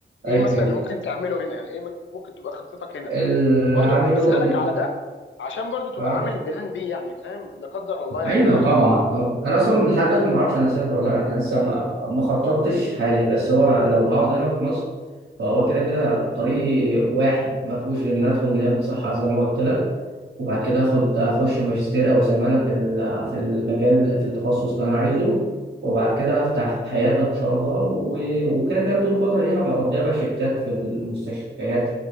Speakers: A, on the left (about 80°); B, on the right (about 75°).
A: ايه
B: ايوه
A: مثلا
B: أيوة.
A: اللي ممكن تعمله هنا يعني ايه ممكن ممكن تبقى خطتك هنا
B: اللي
A: انا برضو
B: عامله
A: بسألك
B: ان
A: على ده عشان برضو تبقى
B: اه
A: عامل بلان بي يعني فاهم لا قدر الله يعني
B: ايوه
A: فاهم
B: طبعا طبعا انا اصلا لحد دلوقتي ما اعرفش انا اسافر ولا لا انا لسه ما ما خططتش حالي بس هو لو هقعد
A: اه
B: هنا في مصر فهو كده كده طريق واحد ما فيهوش غير ان ادخل نيابه صحه زي ما قلت لك وبعد
A: مم.
B: كده اخد اخش ماجستير او زماله في ال- في المجال في التخصص اللي انا عايزه وبعد كده هفتح عياده ان شاء الله و- وكده كده طول الفتره دي هقضيها بقى شيفتات في المستشفيات